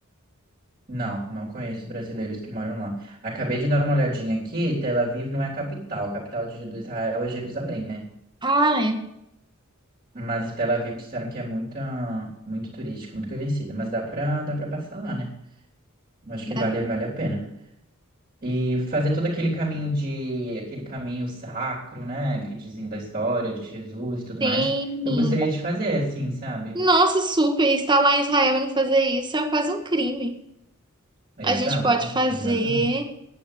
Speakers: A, on the right; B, on the right.
A: Não, não conheço brasileiros que moram lá. Acabei de dar uma olhadinha aqui, Tel Aviv não é a capital. A capital de, do Israel é Jerusalém, né?
B: Ah, é.
A: Mas Tel Aviv disseram que é muito, muito turística, muito conhecida. Mas dá pra, dá pra passar lá, né? Eu Acho que
B: Dá-
A: vale, vale a pena. E fazer todo aquele caminho de, aquele caminho sacro, né? Que dizem da história de Jesus e tudo
B: Tem.
A: mais. Eu gostaria de fazer, assim, sabe?
B: Nossa, super. Estar lá em Israel e não fazer isso é quase um crime.
A: Exato,
B: A gente pode fazer.
A: exatamente.